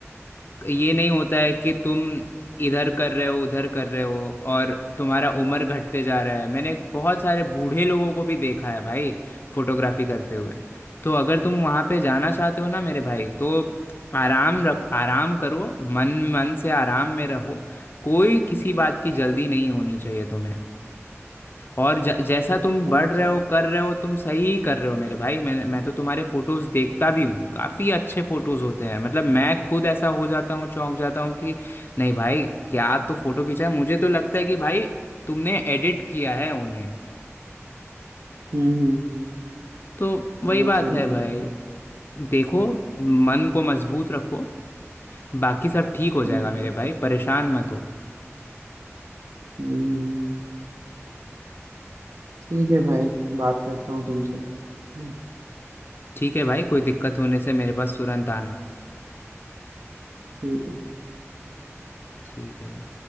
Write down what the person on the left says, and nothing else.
ये नहीं होता है कि तुम इधर कर रहे हो उधर कर रहे हो और तुम्हारा उम्र घटते जा रहा है मैंने बहुत सारे बूढ़े लोगों को भी देखा है भाई फोटोग्राफी करते हुए तो अगर तुम वहाँ पे जाना चाहते हो ना मेरे भाई तो आराम रख आराम करो मन मन से आराम में रहो कोई किसी बात की जल्दी नहीं होनी चाहिए तुम्हें और ज, जैसा तुम
बढ़ रहे
हो कर रहे हो तुम सही कर रहे हो मेरे भाई मैं मैं तो तुम्हारे फोटोज देखता भी हूँ काफी अच्छे फोटोज होते हैं मतलब मैं खुद ऐसा हो जाता हूँ चौंक जाता हूँ कि नहीं भाई क्या तो फोटो खींचा है मुझे तो लगता है कि भाई तुमने एडिट किया है उन्हें
तो वही
बात
है भाई देखो मन को मजबूत रखो बाकी सब ठीक हो जाएगा
मेरे भाई परेशान मत हो
ठीक है भाई कोई दिक्कत होने से मेरे पास तुरंत आना
ठीक है भाई